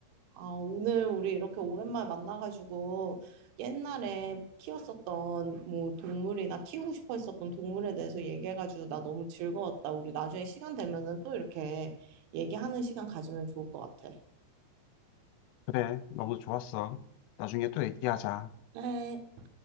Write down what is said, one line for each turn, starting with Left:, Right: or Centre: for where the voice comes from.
Right: 아, 오늘 우리 이렇게 오랜만에 만나가지고 옛날에 키웠었던 뭐 동물이나 키우고 싶어 했었던 동물에 대해서 얘기해가지고 나 너무 즐거웠다. 우리 나중에 시간 되면은 또 이렇게 얘기하는 시간 가지면 좋을 것 같아.
Left: 그래, 너무 좋았어. 나중에 또 얘기하자.
Right: 그래.